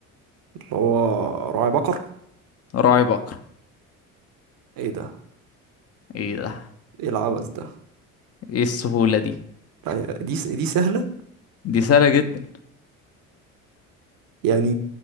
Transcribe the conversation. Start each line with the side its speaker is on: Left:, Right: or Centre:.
Right: اللي هو راعي بقر
Left: راعي بقر
Right: ايه ده
Left: ايه ده
Right: ايه العبث ده
Left: ايه السهولة دي
Right: لا، دي دي سهلة
Left: دي سهلة جدا
Right: يعني